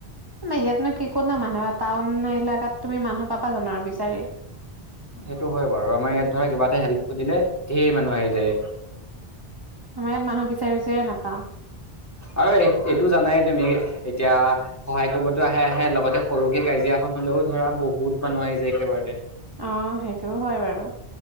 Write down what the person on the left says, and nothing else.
সেইটো হয় বাৰু আমাৰ ইয়াত ধৰা কিবা এটা হেল্প সুধিলে ঢেৰ মানুহ আহি যায়।
আৰু এইটো জানাই তুমি এতিয়া সহায় কৰিবতো আহে আহে লগতে সৰুকে কাজিয়াখনলৈও ধৰা বহুত মানুহ আহি যায় একেবাৰতে।